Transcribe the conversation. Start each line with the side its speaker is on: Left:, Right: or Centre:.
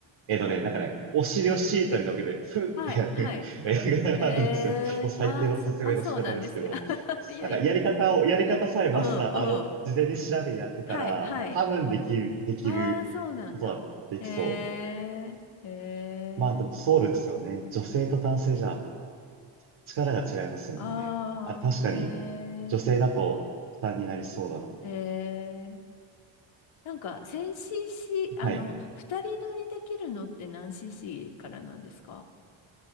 Right: えっとね、なんかね、お尻をシートに乗っけて、ふってやる
Left: はい、はい。
Right: <laughs> やり方があるんですよ。
Left: え
Right: もう最低の説明の仕方ですけど、
Left: えああ、そ、あ、そうなんですね。<laughs> いやいや。
Right: なんかやり方を、やり方さえマスター、
Left: うん、
Right: あの、
Left: うん。
Right: 事前に調べにやってたら、
Left: はい、はい。
Right: 多分できる、できることはできそ
Left: ああ、そうなんだ。ええええ
Right: う。まあでもそうですよね。女性と男性じゃ力が違いますもんね。
Left: ああー、
Right: あ、確かに、女性だと負担になりそうだな。
Left: へえ、ええなんか、1000cc、あの、
Right: はい。
Left: 2人乗りできるのって何 cc からなんですか